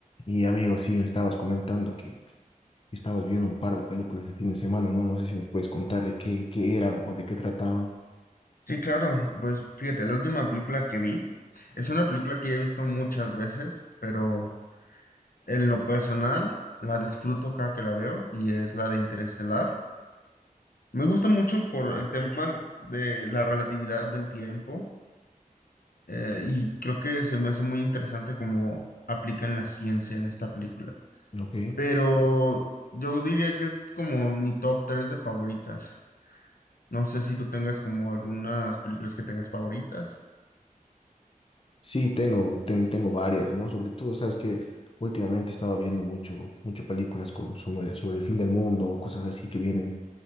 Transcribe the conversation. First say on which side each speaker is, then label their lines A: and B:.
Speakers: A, on the left; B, on the left.
A: Y amigo, sí, me estabas comentando que estabas viendo un par de películas el fin de semana, ¿no? No sé si me puedes contar de qué, qué eran o de qué trataban.
B: Sí, claro. Pues fíjate, la última película que vi es una película que ya he visto muchas veces, pero en lo personal la disfruto cada que la veo y es la de Interestelar. Me gusta mucho por el tema de la relatividad del tiempo eh, y creo que se me hace muy interesante cómo aplican la ciencia en esta película.
A: Ok.
B: Pero yo diría que es como mi top 3 de favoritas. No sé si tú tengas como algunas películas que tengas favoritas.
A: Sí, tengo, ten- tengo varias, ¿no? Sobre todo, sabes que últimamente estaba viendo mucho, mucho películas con- sobre, sobre el fin del mundo o cosas así que vienen,